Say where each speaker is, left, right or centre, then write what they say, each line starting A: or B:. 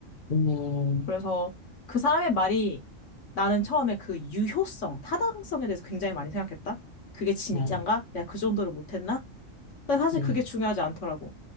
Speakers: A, on the left; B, on the left.
A: 음,
B: 그래서 그 사람의 말이 나는 처음에 그 유효성, 타당성에 대해서 굉장히 많이 생각했다. 그게 진짠가?
A: 네,
B: 내가 그 정도로 못했나? 근데 사실
A: 네.
B: 그게 중요하지 않더라고.